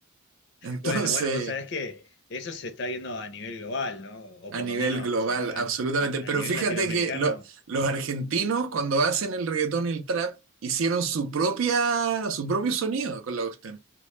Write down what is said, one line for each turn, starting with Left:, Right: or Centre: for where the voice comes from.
Right: <laughs> Entonces,
Left: Bueno, bueno, vos sabés que eso se está viendo a nivel global, ¿no? O
Right: a
Left: por
Right: nivel
Left: lo menos
Right: global,
Left: a, a-
Right: absolutamente.
Left: a-
Right: Pero
Left: a nivel
Right: fíjate
Left: latinoamericano.
Right: que lo- los argentinos cuando hacen el reggaetón y el trap hicieron su propia, su propio sonido con la voz